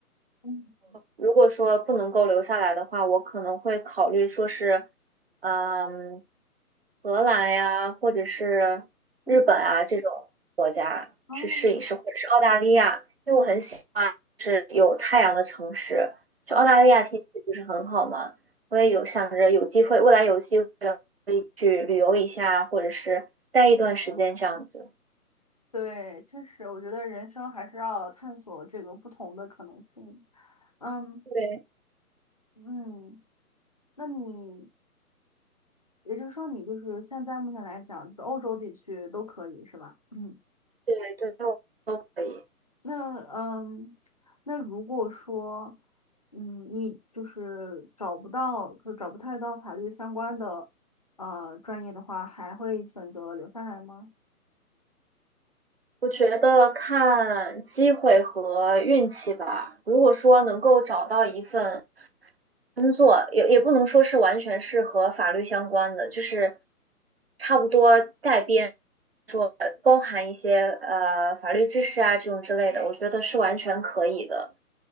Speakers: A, on the left (about 25°); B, on the right (about 40°).
A: 嗯
B: 如果说不能够留下来的话，我可能会考虑说是，嗯，荷兰呀，或者是日本啊这种国家去试一试，
A: 嗯 <laughs> 哦
B: 或者是澳大利亚啊有太阳的城市。就澳大利亚天气不是很好嘛，
A: 哦，
B: 我也有想着有机会，未来有机会的去旅游一下，或者是待一段时间这样子。
A: 对，确实，我觉得人生还是要探索这个不同的可能性。嗯
B: 对
A: 嗯，那你也就是说，你就是现在目前来讲，就是欧洲地区都可以是吧？嗯。
B: 对对，都可以。
A: 那嗯，那如果说，嗯，你就是找不到，就找不太到法律相关的呃专业的话，还会选择留下来吗？
B: 我觉得看机会和运气吧。如果说能够找到一份工作，也也不能说是完全是和法律相关的，就是差不多带边，包含一些呃法律知识啊这种之类的，我觉得是完全可以的。